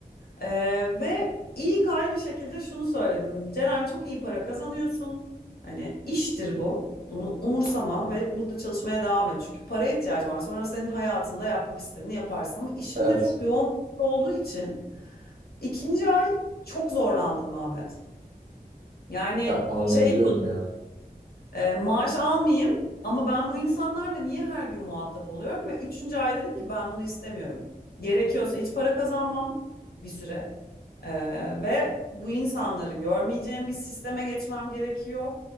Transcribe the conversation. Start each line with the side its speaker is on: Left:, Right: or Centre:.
Left: Ee, ve iyi kay bir şekilde şunu söyledim. Ceren çok iyi para kazanıyorsun. Hani iştir bu. Bunu umursama ve burada çalışmaya devam et. Çünkü paraya ihtiyacın var. Sonra senin hayatında yapmak istediğini yaparsın. Ama işim
Right: Evet.
Left: de çok yoğun olduğu için ikinci ay çok zorlandım Ahmet. Yani
Right: Ya anlayabiliyorum
Left: şey
Right: ya.
Left: ee, maaş almayayım ama ben bu insanlarla niye her gün muhatap oluyorum? Ve üçüncü ay dedim ki ben bunu istemiyorum. Gerekiyorsa hiç para kazanmam bir süre. Ee, ve bu insanları görmeyeceğim bir sisteme geçmem gerekiyor.